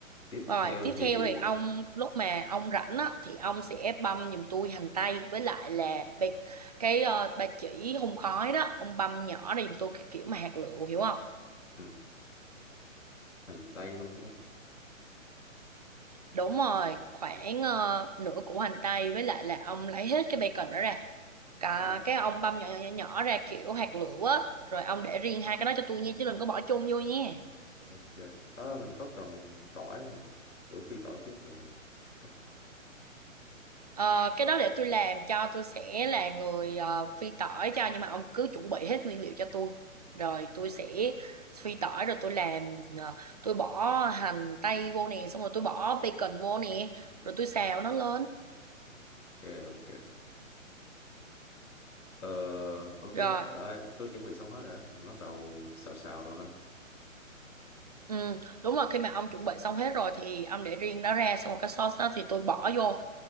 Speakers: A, on the left; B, on the right.
A: tiếp
B: Rồi,
A: theo
B: tiếp
A: thì
B: theo thì ông lúc mà ông rảnh á thì ông sẽ băm giùm tôi hành tây với lại là bạc, cái ờ, ba chỉ hun khói đó, ông băm nhỏ ra giùm tôi cái kiểu mà hạt lựu hiểu không?
A: ừ, hành tây luôn đúng không?
B: Đúng rồi, khoảng ờ, nửa củ hành tây với lại là ông lấy hết cái bacon đó ra. Cả
A: Ờ,
B: cái ông băm nhỏ nhỏ nhỏ, nhỏ ra kiểu hạt lựu á, rồi ông để riêng hai cái đó cho tôi nha chứ đừng có bỏ chung vô nha.
A: ok. Ờ, mình có cần tỏi không nhỉ? Kiểu phi tỏi trước rồi. cấp-
B: Ờ, cái đó để tôi làm cho tôi sẽ là người ờ, phi tỏi cho nhưng mà ông cứ chuẩn bị hết nguyên liệu cho tôi rồi tôi
A: Ok,
B: sẽ phi tỏi rồi tôi làm ờ, tôi bỏ hành tây vô nè xong rồi tôi bỏ bacon vô nè rồi tôi xào nó lên
A: ok. Ờ, ok,
B: rồi
A: bà ơi, tôi chuẩn bị xong hết rồi á, mình bắt đầu xào xào rồi ha.
B: ừ, đúng rồi khi mà ông chuẩn bị xong hết rồi thì ông để riêng nó ra xong rồi cái sauce đó thì tôi bỏ vô